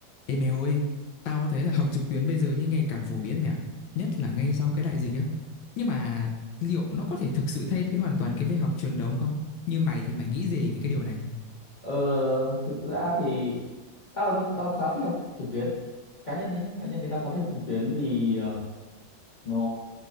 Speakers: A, on the left; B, on the left.
A: Ê mày ơi, tao thấy là học trực tuyến bây giờ như ngày càng phổ biến mẹ Nhất là ngay sau cái đại dịch á. Nhưng mà liệu nó có thể thực sự thay thế hoàn toàn cái việc học truyền thống không? Như mày thì mày nghĩ gì về cái điều này?
B: Ờ, thực ra thì tao tao, tao khá thích học trực tuyến cá nhân đấy nhé cá nhân thì tao khá thích học trực tuyến vì ờ, nó